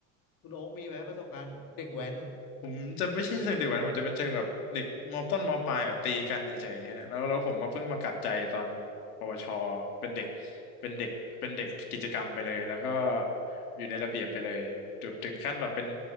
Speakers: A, on the left (about 50°); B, on the left (about 85°).
A: คุณโอ๊กมีไหมประสบการณ์เด็กแว้น
B: ผมจะไม่ใช่เชิงเด็กแว้นผมจะเป็นเชิงแบบเด็กมต้นมปลายแบบตีกันเฉยๆฮะแล้วแล้วผมมาเพิ่งมากลับใจตอนปวชเป็นเด็กเป็นเด็กเป็นเด็กกิจกรรมไปเลยแล้วก็อยู่ในระเบียบไปเลยแบบถึงขั้นแบบเป็น